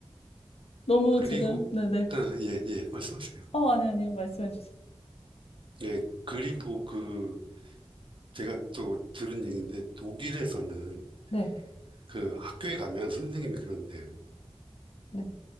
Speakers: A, on the left; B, on the right.
A: 너무
B: 그리고,
A: 지금, 네네.
B: 어, 예, 예, 말씀하세요.
A: 어, 아니, 아니요. 말씀해 주세요.
B: 예, 그리고 그 제가 또 들은 얘기인데 독일에서는
A: 네,
B: 그 학교에 가면 선생님이 그런데 뭐
A: 네,